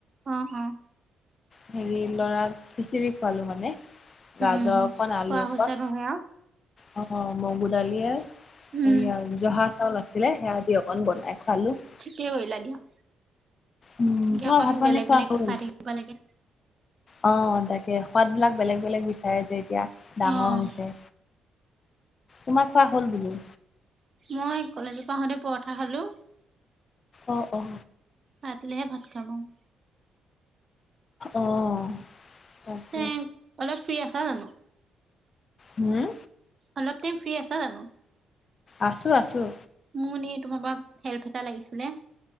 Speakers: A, on the right; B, on the left.
A: উম, উম,
B: হেৰি লৰাক খিচিৰি খোৱালো মানে। গাজৰ
A: উম
B: অকণ আলু
A: খোৱা
B: অকণ
A: হৈছে নহয় আৰু
B: অ, মগু দালিয়ে এয়া
A: উম
B: জহা চাউল আছিলে সেয়া দি অকন বনাই খুৱালোঁ।
A: ঠিকে কৰিলা দিয়া।
B: উম
A: এনেকে
B: তোমাৰ
A: অকণ
B: ভাত পানী
A: বেলেগ-বেলেগ
B: খোৱা
A: কে
B: হ'ল
A: খাই থাকিব লাগে।
B: অ, তাকে সোৱাদবিলাক বেলেগ-বেলেগ বিচাৰে। এতিয়া ডাঙৰ
A: অ',
B: হৈছে তোমাৰ খোৱা হ'ল বোলো।
A: মই কলেজৰ পৰা আহোঁতে পৰঠা খালোঁ।
B: অঁ, অঁ,
A: ৰাতিলেহে ভাত খাম আৰু।
B: অহ, তাকে।
A: পিছে অলপ ফ্ৰী আছা জানো?
B: হম,
A: অলপ টাইম ফ্ৰী আছে জানো?
B: আছোঁ-আছোঁ।
A: মোৰ এনে তোমাৰ পৰা হেল্প এটা লাগিছিলে।